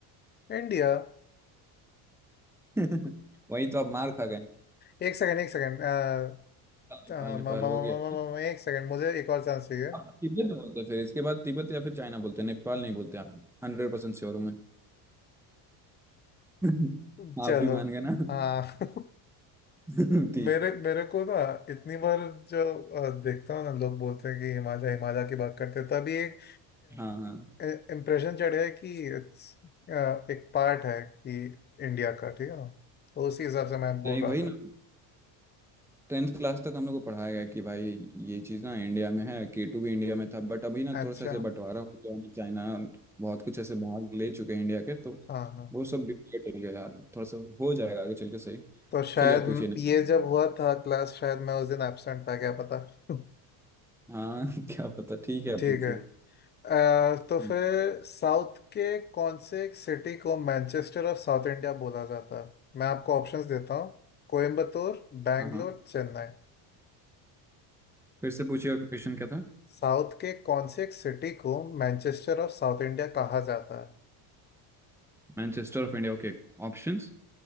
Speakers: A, on the left; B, in the centre.
A: इंडिया
B: <laughs> वही तो आप मार खा गए
A: एक सेकंड एक सेकंड अ,
B: नेपाल
A: अ, म-
B: नेपाल
A: म- म- म-
B: हो गया
A: म- म- एक सेकंड मुझे एक और चांस चाहिए
B: आप तिब्बत बोलते हैं फिर इसके बाद तिब्बत या फिर चाइना बोलते हैं नेपाल नहीं बोलते आप हंड्रेड परसेंट श्योर हूँ मैं <laughs>
A: <laughs> चलो
B: आप भी मान गए ना
A: हाँ <laughs>
B: <laughs> ठीक
A: मेरे
B: है
A: मेरे को ना इतनी बार जो अ, देखता हूँ ना लोग बोलते हैं कि हिमालय हिमालय की बात करते हैं तभी एक
B: हाँ हाँ
A: इम्प्रेशन चढ़ है कि it's, अ, एक पार्ट है कि इंडिया का ठीक है ना तो उसी हिसाब से मैं बोल
B: नहीं
A: रहा
B: भाई
A: था
B: ना टेंथ क्लास तक हम लोग को पढ़ाया गया कि भाई ये चीज़ ना इंडिया में है के टू भी इंडिया में था बट अभी ना
A: अच्छा
B: थोड़ा सा ऐसे बंटवारा हो गया है, चाइना और बहुत कुछ ऐसे भाग ले चुके हैं इंडिया के तो
A: हाँ हाँ
B: वो सब डिफिकल्ट हो गया यार थोड़ा सा हो जाएगा आगे चल के सही
A: तो शायद
B: चलिए आप पूछिए
A: ये जब हुआ था क्लास शायद मैं उस दिन एब्सेंट था क्या पता <laughs>
B: हाँ <laughs> क्या पता ठीक है आप
A: ठीक
B: पूछो
A: है अ, तो
B: हम्म,
A: फिर साउथ के कौन से एक सिटी को मैनचेस्टर ऑफ साउथ इंडिया बोला जाता है मैं आपको ऑप्शंस देता हूँ कोयम्बतूर बैंगलोर
B: हाँ हाँ
A: चेन्नई
B: फिर से पूछिए और क्वेश्चन क्या था
A: साउथ के कौन से एक सिटी को मैनचेस्टर ऑफ साउथ इंडिया कहा जाता है
B: Manchester of India okay Options